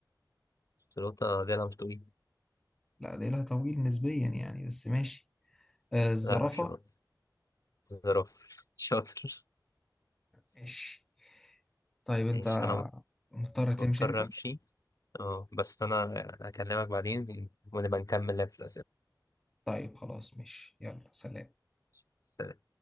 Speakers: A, on the left; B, in the centre.
A: الزلوطة دي أنا مش طويل
B: لا ديلها طويل نسبيا يعني بس ماشي آه الزرافة
A: لا مش شاطر الزرافة <laughs> شاطر
B: ماشي طيب انت
A: ماشي أنا
B: مضطر تمشي
A: مضطر
B: انت
A: أمشي اه بس أنا أكلمك بعدين ونبقى نكمل لعب في
B: طيب خلاص ماشي يلا سلام
A: الأسئلة